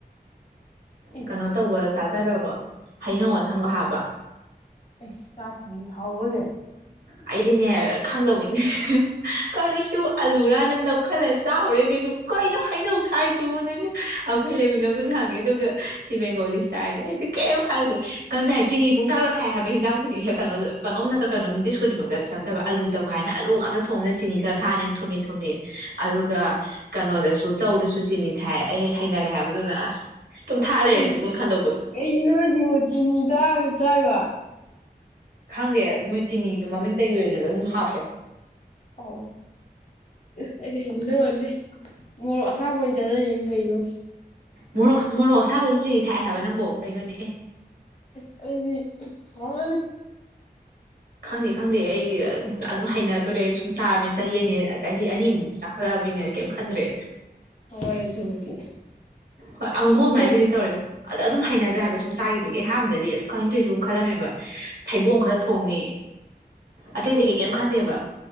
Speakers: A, on the left; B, on the right.
A: ꯑꯦ
B: ꯀꯩꯅꯣ ꯇꯧꯕ ꯆꯥꯖꯔꯕꯣ ꯍꯩꯅꯧ ꯁꯪꯕ ꯍꯥꯄ
A: ꯑꯦꯁ ꯆꯥꯇ꯭ꯔꯤ ꯍꯥꯎꯕꯅꯦ
B: ꯑꯩꯗꯤꯅꯦ ꯈꯪꯗꯕꯩꯅꯦ ꯀꯣ ꯁꯤꯕꯨ ꯑꯂꯨꯔꯅ ꯂꯧꯈꯠꯂ ꯆꯥꯎꯔꯦꯅꯦ ꯑꯗꯨ ꯀꯩꯅꯣ ꯍꯩꯅꯧ ꯊꯥꯏꯁꯤꯕꯨ ꯅꯅꯦ ꯑꯈꯣꯏ ꯂꯩꯃꯤꯟꯅꯕꯗꯨꯗ ꯍꯪꯉꯦ ꯑꯗꯨꯒ ꯁꯤ ꯕꯦꯡꯒꯣꯂꯤ ꯍꯥꯢꯅꯦ ꯑꯩꯁꯦ ꯀꯩꯝ ꯍꯥꯏꯗ꯭ꯔꯦ ꯀꯩꯅꯣ ꯇꯥꯏ ꯆꯤꯅꯤ ꯄꯨꯡꯇꯥꯛꯇ ꯊꯥꯏ ꯍꯥꯏꯕ ꯍꯤꯟꯖꯥꯡ ꯈꯨꯗꯤꯡ ꯀꯩꯅꯣꯗ ꯀꯩꯅꯣꯝ ꯅꯠꯇ꯭ꯔ ꯀꯣꯝ ꯗꯤꯁ ꯈꯨꯗꯤꯡꯃꯛꯇ ꯀꯩꯅꯣ ꯇꯧꯋꯦ ꯑꯥꯂꯨ ꯗꯝ ꯀꯥꯏꯅ ꯑꯂꯨ ꯉꯥꯛꯇ ꯊꯣꯡꯕꯅ ꯆꯤꯅꯤ ꯈꯔ ꯊꯥꯅꯤꯅ ꯊꯨꯝꯂꯤ ꯊꯨꯝꯂꯤ ꯑꯗꯨꯒ ꯀꯩꯅꯣꯗꯁꯨ ꯆꯧꯗꯁꯨ ꯆꯤꯅꯤ ꯊꯥꯛꯑꯦ ꯑꯩ ꯍꯩꯅꯔꯦ ꯍꯥꯏꯕꯗꯨꯅ ꯑꯁ ꯑꯗꯨꯝ ꯊꯥ ꯂꯩꯔꯁꯤꯕꯨꯅ
A: ꯎꯝ
B: ꯈꯟꯗꯣꯛꯄꯗꯣ
A: ꯀꯩꯅꯣ ꯍꯥꯢꯁꯤꯕꯣ ꯆꯤꯅꯤ ꯉꯔꯥꯡ ꯆꯥꯛꯂꯣ
B: ꯈꯪꯗꯦ ꯃꯣꯏ ꯆꯤꯅꯤꯗꯣ ꯃꯃꯤꯡꯇꯒꯤ ꯑꯣꯏꯅ ꯑꯗꯨꯝ ꯍꯥꯞꯄꯦ
A: ꯑꯣ ꯑꯩꯗꯤ ꯍꯩꯅꯗꯧ ꯃꯥꯟꯗꯦ ꯃꯣꯔꯣꯛ ꯑꯁꯥꯕ ꯑꯣꯏꯅ ꯆꯥꯖꯒꯤ ꯐꯩꯕꯣ
B: ꯃꯣꯔꯣꯛ ꯃꯣꯔꯣꯛ ꯑꯁꯥꯕꯗꯨ ꯆꯤꯅꯤ ꯊꯥꯛꯑꯦ ꯍꯥꯏꯕ ꯅꯪꯕꯨ ꯀꯩꯅꯣꯅꯦ ꯑꯦ
A: ꯑꯁ ꯑꯩꯗꯤ ꯍꯥꯎꯔꯅꯤ
B: ꯈꯪꯗꯦ ꯈꯪꯗꯦ ꯑꯩ ꯑꯗꯨꯝ ꯍꯩꯅꯗꯣꯔꯦ ꯁꯨꯝ ꯆꯥꯕꯅꯤ ꯆꯍꯤ ꯑꯅꯤ ꯆꯍꯤ ꯑꯅꯤꯃꯨꯛ ꯆꯥꯈꯠꯂꯛꯑꯕꯅꯤꯅ ꯀꯩꯝ ꯈꯟꯗ꯭ꯔꯦ
A: ꯍꯣꯢ ꯑꯗꯨꯕꯨꯗꯤ
B: ꯍꯣꯢ ꯑꯃꯨꯃꯨꯛ
A: ꯍꯣꯁꯇꯦꯜꯒꯤ
B: ꯑꯃꯥꯏꯅꯕꯨꯗꯤ ꯇꯧꯋꯦ ꯑ ꯑꯗꯨꯝ ꯍꯩꯅꯈ꯭ꯔꯦ ꯍꯥꯏꯕ ꯁꯨꯝ ꯆꯥꯈꯤꯕꯒꯤ ꯑꯍꯥꯟꯕꯗꯗꯤ ꯀꯩꯅꯣ ꯇꯧꯔꯤꯁꯤꯕꯣ ꯈꯜꯂꯝꯃꯦꯕ ꯊꯩꯕꯣꯡ ꯈꯔ ꯊꯣꯡꯉꯦ ꯑꯇꯩ ꯑꯇꯩ ꯀꯩ ꯀꯔꯤꯝ ꯈꯟꯗꯦꯕ